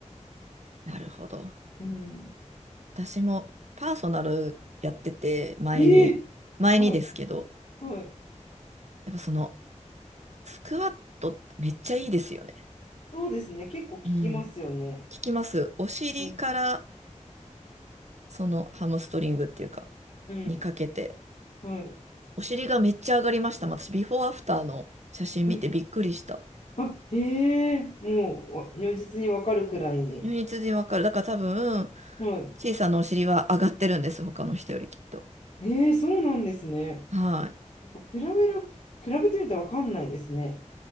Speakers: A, on the right; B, on the left.
A: なるほど。
B: うん、
A: 私もパーソナルやってて、前に、
B: ええ
A: 前にですけど、
B: はい。はい。
A: やっぱその、スクワットってめっちゃいいですよね。
B: そうですね。結構聞きますよね。
A: うん。聞きます。お尻から、
B: うん。
A: その、ハムストリングっていうか、
B: うん。
A: にかけて、
B: はい。
A: お尻がめっちゃ上がりました。私、ビフォーアフターの写真見てびっくりした。
B: うんあ、へえ、もうわ如実にわかるくらいに。
A: 如実にわかる。だから多分、
B: はい。
A: 小さなお尻は上がってるんです。他の人よりきっと。
B: ええ、そうなんですね。
A: はい。
B: やっぱ比べる、比べてみてわかんないですね。